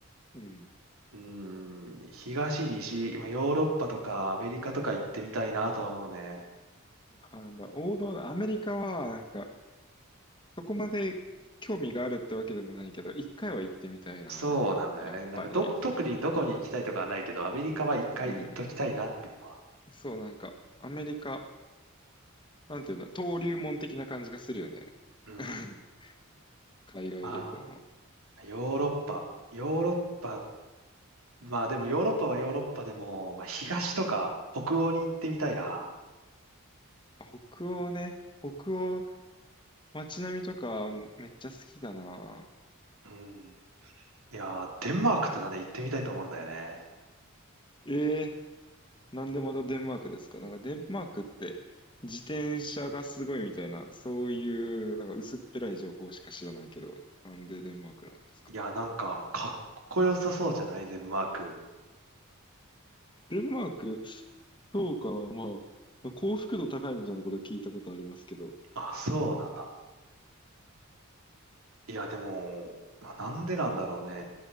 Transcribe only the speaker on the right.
うーん、東、西、まあ、ヨーロッパとかアメリカとか行ってみたいなとは思うね。
そうなんだよね。
なんかど、特にどこに行きたいとかはないけど、アメリカは一回行っときたいなっていうのは。
うん。
まあ、ヨーロッパ。ヨーロッパ。まあでもヨーロッパはヨーロッパでも、まあ東とか北欧に行ってみたいな。
うん。いやー、デンマークとかね、行ってみたいと思うんだよね。
いやー、なんか、かっこよさそうじゃないデンマーク。
あ、そうなんだ。いや、でも、まあなんでなんだろうね。